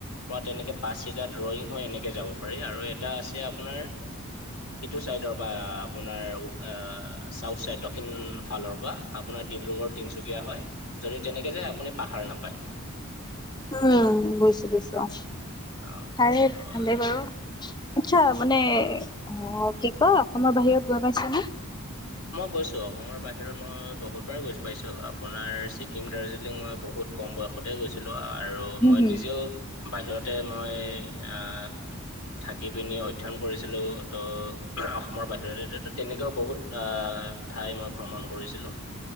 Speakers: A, on the left; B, on the left.
A: পৰা তেনেকে পাচিঘাট ৰয়িং হৈ এনেকে যাব পাৰি আৰু এটা আছে আপোনাৰ ইটো চাইডৰ পৰা আপোনাৰ আ চাউথ চাইড দক্ষিণ ফালৰ পৰা আপোনাৰ ডিব্ৰুগড় তিনিচুকীয়া হৈ যদি তেনেকে যায় আপুনি পাহাৰ নাপায়
B: উম বুজিছো বুজিছো অ
A: অ
B: তাৰে
A: অ
B: ভালেই বাৰু আচ্ছা মানে অ কি কয় অসমৰ বাহিৰত গৈ পাইছা নে
A: মই গৈছোঁ অসমৰ বাহিৰত মই বহুতবাৰ গৈছো পাইছোঁ আপোনাৰ ছিকিম দাৰ্জিলিং মই বহুত কম বয়সতে গৈছিলো আৰু
B: হুম,
A: মই
B: হুম।
A: নিজেও বাহিৰতে মই আহ থাকি পিনি অধ্যয়ন কৰিছো আছিলো ত অসমৰ বাহিৰতে ত তেনেকাও বহুত তাৰ ঠাই মই ভ্ৰমণ কৰিছিলো